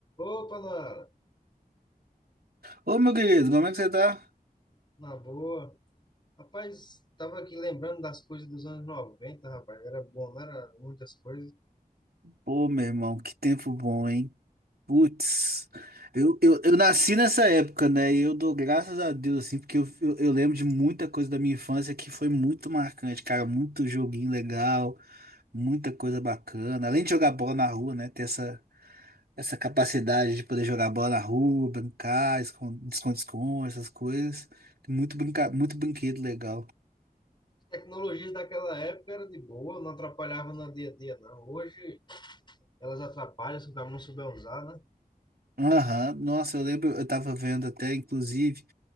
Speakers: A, on the left (about 30°); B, on the right (about 75°).
A: Opa, na,
B: Ô, meu querido, como é que você tá?
A: na boa. Rapaz, tava aqui lembrando das coisas dos anos 90, rapaz. Era bom, não era muitas coisas.
B: Pô, meu irmão, que tempo bom, hein? Putz, eu, eu, eu nasci nessa época, né? E eu dou graças a Deus, assim, porque eu, eu, eu lembro de muita coisa da minha infância que foi muito marcante, cara. Muito joguinho legal, muita coisa bacana. Além de jogar bola na rua, né? Ter essa, essa capacidade de poder jogar bola na rua, brincar, escon- esconde-esconde, essas coisas. Muito, brinca, muito brinquedo legal.
A: As tecnologias daquela época eram de boa, não atrapalhavam no dia a dia, não. Hoje elas atrapalham se o cara não souber usar, né?
B: Aham, Nossa, eu lembro, eu tava vendo até, inclusive,